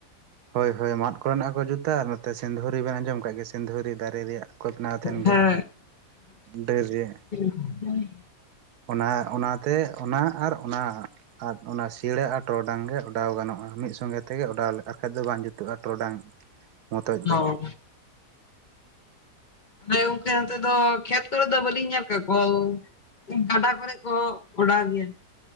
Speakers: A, on the right (about 75°); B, on the left (about 40°).
A: ᱦᱳᱭ ᱦᱳᱭ ᱢᱟᱫ ᱠᱚᱨᱮᱱᱟᱜ ᱦᱚᱸ ᱠᱚ ᱡᱩᱛᱟ ᱟᱨ ᱥᱤᱸᱫᱩᱨᱤ ᱵᱮᱱ ᱟᱸᱡᱚᱢ ᱠᱟᱜ ᱜᱮ ᱥᱤᱫᱷᱩᱨᱤ ᱫᱟᱨᱮ ᱨᱮᱭᱟᱜ ᱠᱚᱛᱱᱟ ᱛᱟᱦᱮᱱ
B: ᱦᱮᱸ
A: ᱜᱮ ᱰᱟᱹᱨ ᱨᱮᱭᱟᱜ
B: ᱦᱩᱸ
A: ᱚᱱᱟ ᱚᱱᱟᱛᱮ ᱚᱱᱟ ᱟᱨ ᱚᱱᱟ ᱟᱨ ᱚᱱᱟ ᱥᱤᱲᱟ. ᱟᱨ ᱴᱚᱨᱚᱰᱟᱝ ᱜᱮ ᱚᱰᱟᱣ ᱜᱟᱱᱚᱜᱼᱟ ᱢᱤᱫ ᱥᱚᱸᱜᱮ ᱛᱮᱜᱮ ᱚᱰᱟᱣ ᱟᱞᱮ ᱵᱟᱠᱷᱟᱡ ᱫᱚ ᱵᱟᱝ ᱡᱩᱛᱩᱜᱼᱟ ᱴᱚᱰᱟᱝ ᱢᱚᱛᱚᱡ ᱫᱚ
B: ᱚ ᱦᱮ ᱜᱚᱢᱠᱮ ᱚᱱᱛᱮ ᱫᱚ ᱠᱷᱮᱛ ᱠᱚᱨᱮ ᱫᱚ ᱵᱟᱞᱤᱧ ᱧᱮᱞ ᱠᱟᱜ ᱠᱚᱣᱟ ᱜᱟᱰᱟ ᱠᱚᱨᱮ ᱠᱚ ᱚᱰᱟᱣ ᱜᱮᱭᱟ